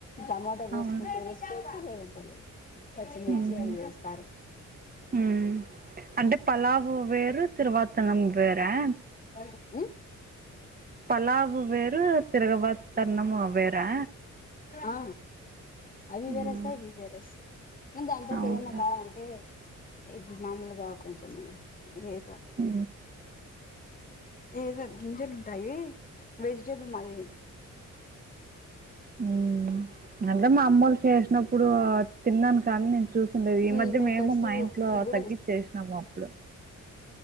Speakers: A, on the left (about 30°); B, on the right (about 30°).
A: టమాటా వేసుకుంటే
B: అవును
A: వేసుకోవచ్చు లేదంటే లేదు పచ్చి మిర్చి
B: ఉమ్,
A: అవి వేస్తారు
B: ఉమ్. అంటే పలావు వేరు తిరువాతనం వేరా
A: <unintelligible> ఉ
B: పలావు వేరు తిరగవాతన్నము వేరా
A: ఆ అవి
B: మ్మ్
A: వేరసాయి వేరేసాయి నేను దాంట్లోకి
B: అవునులే
A: ఏదనా కావాలంటే ఇవి మామూలుగా కొంచెం ఏ
B: ఉ
A: ఏదో గింజలుంటాయి వెజిటేబుల్ మాదిరి
B: ఉమ్ అంటే మా అమ్మోలు చేసినప్పుడు తిన్నాను కానీ నేను చూసిండేది ఈ
A: కీల్
B: మధ్య
A: మేకర్స్
B: మేము మా
A: ఇవి
B: ఇంట్లో
A: కూడా
B: తగ్గిచ్చెనాము
A: చేస్తా
B: ఇప్పుడు